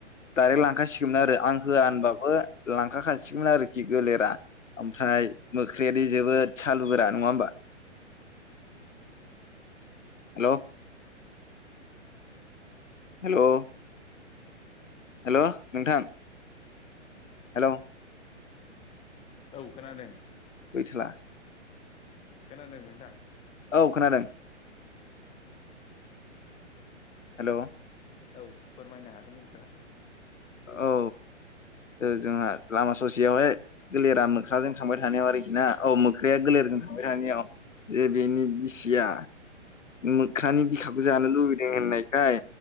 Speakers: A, on the left; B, on the left.
A: डाइरेक्ट लांखाासिगौमोन आरो आं होआ होनबाबो लांखाखासिगौमोन आरोखि गोलेरा। ओमफ्राय मोख्रायादि जोबोद सालु गोरा नङा होमबा
B: <unintelligible>
A: हेल' हेल' हेल' नोंथां हेल'
B: औ खोनादों।
A: <unintelligible>
B: खोनादों नोंथां
A: औ खोनादों। हेलौ
B: औ फोरमायनो हागोन नोंथाङा
A: औ जोंहा लामा ससेयावहाय गोलिरा मोख्राजों थांबाय थानायाव आरोखि ना औ मोख्राया गलेरजों थांबाय थानायाव जे बेनि बिसिया मोख्रानि बिखाखौ जानो लुबैदों होननायखाय